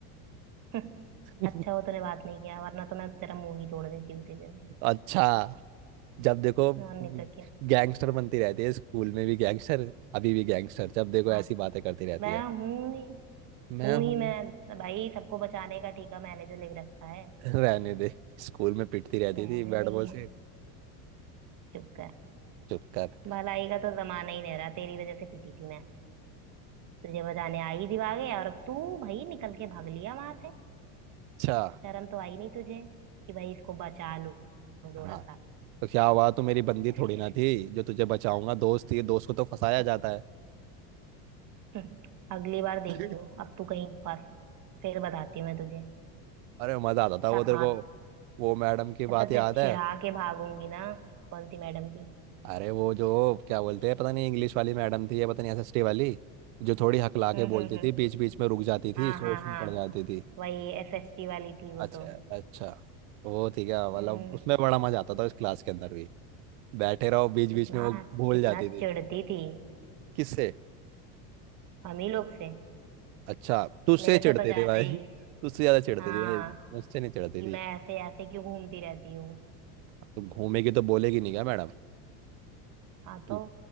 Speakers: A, on the right; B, on the right.
A: <laughs> अच्छा
B: <laughs>
A: हो तूने बात नहीं किया वरना तो मैं तेरा मुंह ही तोड़ देती उसी दिन
B: अच्छा जब देखो
A: और नहीं
B: गैंगस्टर
A: तो क्या
B: बनती रहती है स्कूल में भी गैंगस्टर अभी भी गैंगस्टर जब देखो
A: हाँ
B: ऐसी बातें करती रहती
A: मैं
B: है
A: हूँ ही
B: मैं
A: हूँ ही
B: हूँ
A: मैं भाई सबको बचाने का ठेका मैंने जो लिख रखा है
B: रहने दे स्कूल में पिटती रहती
A: रहने
B: थी बैट
A: नहीं
B: बॉल से
A: है चुप कर
B: चुप कर
A: भलाई का तो जमाना ही नहीं रहा तेरी वजह से पिटी थी मैं तुझे बचाने आई थी भागे और अब तू भाई निकल के भाग लिया वहां से
B: अच्छा
A: शर्म तो आई नहीं तुझे कि भाई इसको बचा लूं थोड़ा
B: हाँ
A: सा
B: तो क्या हुआ तू मेरी बंदी
A: कैसे
B: थोड़ी ना
A: कैसे
B: थी जो तुझे बचाऊंगा दोस्त थी दोस्त को तो फंसाया
A: तो
B: जाता है
A: <laughs> हम्म, अगली बार देखियो
B: <laughs>
A: अब तू कहीं फंस फिर बताती हूँ मैं तुझे
B: अरे मजा आता
A: ऐसा
B: था वो तेरे
A: हाथ
B: को वो मैडम की
A: ऐसा
B: बात
A: तेरे
B: याद
A: चिढ़ा
B: है
A: के भागूंगी ना कौन सी मैडम की
B: अरे वो जो क्या बोलते हैं पता नहीं इंग्लिश वाली मैडम थी या पता नहीं एसएसटी वाली जो थोड़ी हकला के
A: हम्म हम्म
B: बोलती
A: हम्म
B: थी बीच बीच में रुक जाती थी
A: हाँ
B: सोच
A: हाँ हाँ
B: में पड़ जाती थी
A: वही एसएसटी वाली थी वो
B: अच्छा
A: तो
B: अच्छा वो थी क्या मतलब
A: हम्म
B: उसमें बड़ा मजा आता था इस क्लास के अंदर भी बैठे रहो बीच
A: कितना
B: बीच में वो भूल
A: कितना
B: जाती थी
A: चिढ़ती थी
B: किससे
A: हम ही लोग से
B: अच्छा तुझसे
A: मेरे
B: चिढ़ती
A: से तो ज्यादा
B: थी भाई
A: ही
B: <laughs> तुझसे ज्यादा चिढ़ती
A: हाँ
B: थी भाई मुझसे नहीं चिढ़ती
A: कि
B: थी
A: मैं ऐसे ऐसे क्यों घूमती रहती हूँ
B: तुम घूमेगी तो बोलेगी नहीं क्या मैडम
A: हाँ
B: पू-
A: तो